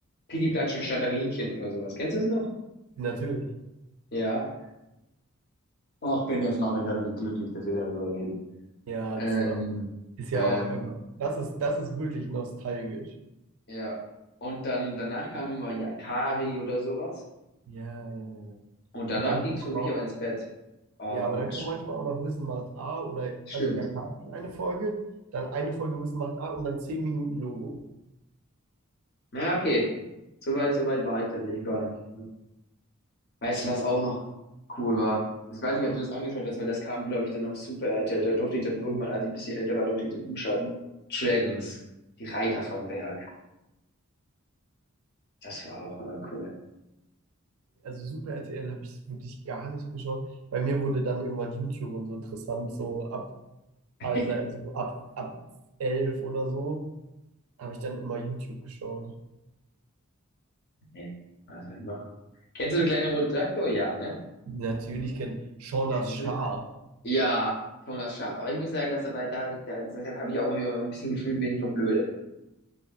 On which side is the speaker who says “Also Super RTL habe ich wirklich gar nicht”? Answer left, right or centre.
Right